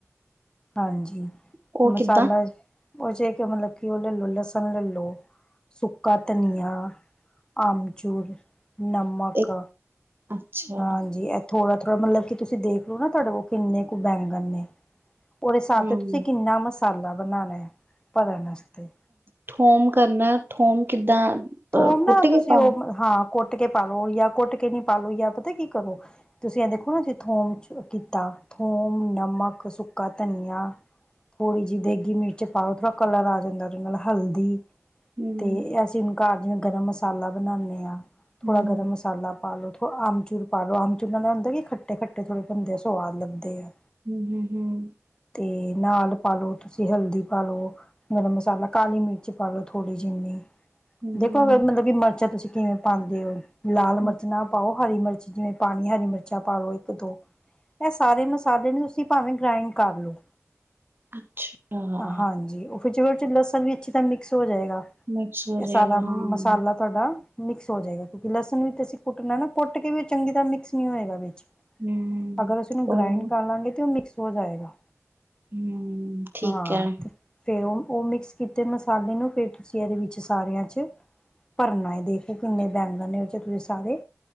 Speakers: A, on the left; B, on the right.
A: ਹਾਂਜੀ
B: ਉਹ
A: ਮਸਾਲਾ
B: ਕਿੱਦਾਂ?
A: ਉਹ ਚ ਕਿ ਮਤਲਬ ਕਿ ਉਹ ਲੈ ਲੋ ਲਸਣ ਲੈ ਲੋ ਸੁੱਕਾ ਧਨੀਆ ਅਮਚੂਰ ਨਮਕ
B: ਇਹ ਅੱਛਾ
A: ਹਾਂਜੀ ਥੋੜਾ -ਥੋੜਾ ਮਤਲਬ ਕਿ ਤੁਸੀਂ ਦੇਖ ਲੋ ਨਾ ਤੁਹਾਡੇ ਕੋਲ ਕਿੰਨੇ ਕੁ ਬੈਂਗਨ ਨੇ ਉਹਦੇ ਹਿਸਾਬ
B: ਹੂੰ
A: ਤੇ ਤੁਸੀਂ ਕਿੰਨਾ ਮਸਾਲਾ ਬਣਾਨਾ ਹੈ ਭਰਨ ਵਾਸਤੇ
B: ਥੋਮ ਕਰਨਾ ਥੋਮ ਕਿੱਦਾਂ
A: ਥੋਮ
B: ਅ ਕੁੱਟ
A: ਨਾ
B: ਕੇ
A: ਤੁਸੀਂ
B: ਪਾ
A: ਉਹ
B: ਹੂੰ
A: ਹਾਂ ਕੁੱਟ ਕੇ ਪਾਲੋ ਜਾਂ ਕੁੱਟ ਕੇ ਨਹੀਂ ਪਾ ਲਓ ਜਾਂ ਪਤਾ ਕੀ ਕਰੋ ਤੁਸੀਂ ਦੇਖੋ ਨਾ ਥੋਮ ਚ ਕੀਤਾ ਥੋਮ, ਨਮਕ, ਸੁੱਕਾ ਧਨੀਆ ਥੋੜ੍ਹੀ ਜਿਹੀ ਦੇਗੀ ਮਿਰਚ ਪਾਓ ਥੋੜਾ ਕਲਰ ਆ ਜਾਂਦਾ ਜਿਵੇਂ ਨਾਲ ਹਲਦੀ
B: ਹਮ
A: ਤੇ ਅਸੀਂ ਹੁਣ ਘਰ ਜਿਵੇਂ ਗਰਮ ਮਸਾਲਾ ਬਣਾਉਨੇ ਆ
B: ਹੂੰ
A: ਥੋੜਾ ਗਰਮ ਮਸ ਮਸਾਲਾ ਪਾ ਲੋ ਥੋੜਾ ਅਮਚੂਰ ਪਾ ਲਓ ਆਮਚੂਰ ਨਾਲ ਇਹ ਹੁੰਦਾ ਕਿ ਖੱਟੇ -ਖੱਟੇ ਥੋੜੇ ਬਣਦੇ ਆ ਸਵਾਦ ਲੱਗਦੇ ਆ
B: ਹਮ ਹਮ ਹਮ
A: ਤੇ ਨਾਲ ਪਾਾਲੋ ਤੁਸੀਂ ਹਲਦੀ ਪਾ ਲਓ ਗਰਮ ਮਸਾਲਾ ਕਾਲੀ ਮਿਰਚ ਪਾ ਲਉ ਥੜ੍ਹੀ ਜਿਨੀ
B: ਹੂੰ
A: ਦੇਖੋ
B: ਹੂੰ
A: ਅਗਰ ਮਤਲਬ ਕਿ ਮਰਚਾਂ ਤੁਸੀਂ ਕਿਵੇਂ ਪਾਂਦੇ ਔ। ਲਾਲ ਮਰਚ
B: ਹੂੰ।
A: ਨਾ ਪਾਓ। ਹਰੀ ਮਰਚ ਜਿਵੇਂ ਪਾਣੀ ਹਰੀ ਮਿਰਚਾਂ ਪਾਲੋ ਇੱਕ-ਦੋ। ਐ ਸਾਰੇ ਮਸਾਲੇ ਨੂੰ ਤੁਸੀਂ ਭਾਵੇਂ ਗ੍ਰਾਇੰਡ ਕਰ ਲੋ।
B: ਅੱਛਾ
A: ਹਾਂਜੀ, ਉਹ ਫਿਰ ਚ ਲਸਣ ਵਿੱਚ ਮਿਕਸ ਹੋ ਜਾਏਗਾ।
B: ਮਿਕਸ ਹੋ
A: ਇਹ
B: ਜਾਏਗਾ,
A: ਸਾਰਾ ਮਸਾਲਾ
B: ਹਾਂ।
A: ਤੁਹਾਡਾ ਮਿਕਸ ਹੋ ਜਾਏਗਾ, ਕਿਉਂਕਿ ਲਸਣ ਵੀ ਤੇ ਅਸੀਂ ਕੁੱਟਣਾ ਨਾ ਕੁੱਟ ਕੇ ਵੀ ਚੰਗੀ ਤਰ੍ਹਾਂ ਮਿਕਸ ਨੀ ਹੋਏਗਾ ਵਿੱਚ।
B: ਹੂੰ
A: ਅਗਰ ਅਸੀਂ ਓਨੂੰ
B: ਉਹੀ
A: ਗ੍ਰਾਇੰਡ
B: ਨਾ
A: ਕਰ ਲਾਂਗੇ ਤੇ ਉਹ ਮਿਕਸ ਹੋ ਜਾਏਗਾ।
B: ਹੂੰ ਠੀਕ
A: ਹਾਂ,
B: ਹੈ
A: ਤੇ ਫਿਰ ਓਹ ਉਹ ਮਿਕਸ ਕੀਤੇ ਮਸਾਲੇ ਨੂੰ ਫਿਰ ਤੁਸੀਂ ਐਵੀ ਚ ਸਾਰਿਆਂ ਚ ਭਰਨਾ ਏ, ਦੇਖੋ ਕਿੰਨੇ ਬੈਂਗਨ ਨੇ ਉਹ ਵਿਚ ਵਿੱਚ ਸਾਰੇ।